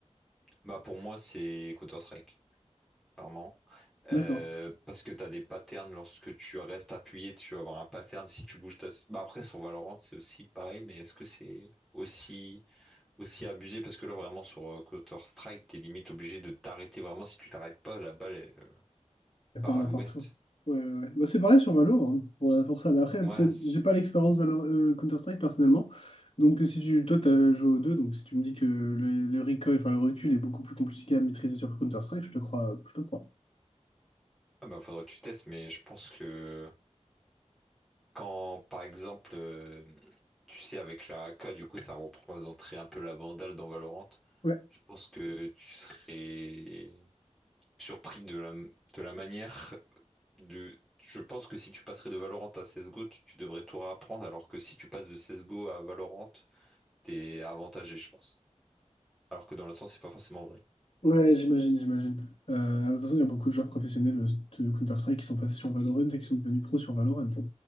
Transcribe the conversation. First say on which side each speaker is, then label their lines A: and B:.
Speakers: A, in the centre; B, on the left.
A: Bah, pour moi, c'est Counter-Strike, clairement. Euh,
B: D'accord.
A: parce que tu as des patterns lorsque tu restes appuyé, tu vas avoir un pattern si tu bouges ta... Bah après, sur Valorant, c'est aussi pareil, mais est-ce que c'est aussi, aussi abusé? Parce que là, vraiment, sur euh, Counter-Strike, t'es limite obligé de t'arrêter. Vraiment, si tu t'arrêtes pas, la balle, elle
B: Il n'y
A: part
B: a pas n'importe
A: à l'ouest.
B: où. Ouais, ouais. ouais. Bah, c'est pareil sur Valo, hein, pour, la- pour ça. Mais après,
A: Ouais,
B: peut-être,
A: c'est-
B: j'ai pas l'expérience Valo- euh, Counter-Strike personnellement. Donc, euh, si tu, toi, t'as joué aux deux, donc si tu me dis que le, le recoil, enfin le recul est beaucoup plus compliqué à maîtriser sur Counter-Strike, je te crois, je te crois.
A: ah bah, faudrait que tu testes, mais je pense que quand, par exemple, euh, tu sais, avec la AK, du coup, ça représenterait un peu la Vandale dans Valorant.
B: Ouais,
A: Je pense que tu serais surpris de la, de la manière de- Je pense que si tu passerais de Valorant à CSGO, tu, tu devrais tout réapprendre, alors que si tu passes de CSGO à Valorant, t'es avantagé, je pense. Alors que dans l'autre sens, c'est pas forcément vrai.
B: ouais, j'imagine, j'imagine. Euh, de toute façon, il y a beaucoup de joueurs professionnels euh, de Counter-Strike qui sont passés sur Valorant et qui sont devenus pros sur Valorant. hein.